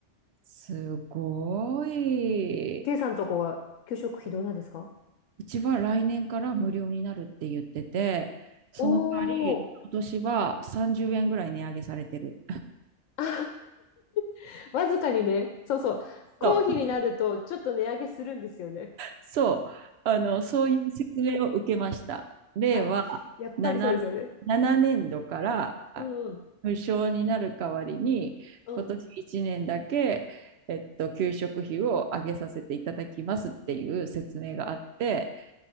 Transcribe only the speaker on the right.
すごい。
うちは来年から無料になるって言ってて、その代わり、
今年は30円ぐらい値上げされてる。
そうそう、あの、そういう説明を受けました。令和
7、7年度からあ
無償になる代わりに、
今年1年だけ、えっと、給食費を上げさせていただきますっていう説明があって、